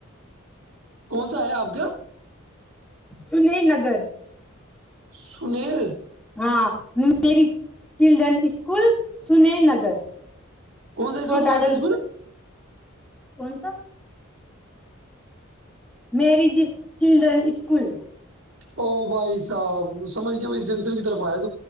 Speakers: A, on the right; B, in the centre.
A: کون سا ہے آپ کا
B: سنیل نگر
A: سنییر
B: ہاں میری چلڈرن اسکول سنیل نگر
A: کون سا اسکول
B: کوٹا
A: کون
B: جنکشن
A: سا اسکول
B: کون سا مریج چلڈرن اسکول
A: او بھائی صاحب سمجھ گ میں اس جنکشن کی طرف آیا تھا